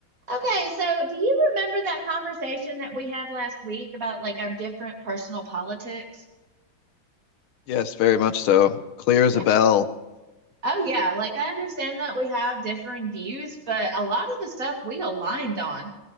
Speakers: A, on the right; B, on the left.
A: Okay, so do you remember that conversation that we had last week about like our different personal politics?
B: Yes, very much so. Clear as
A: Yeah.
B: a bell.
A: Oh, yeah. Like I understand that we have differing views, but a lot of the stuff we aligned on.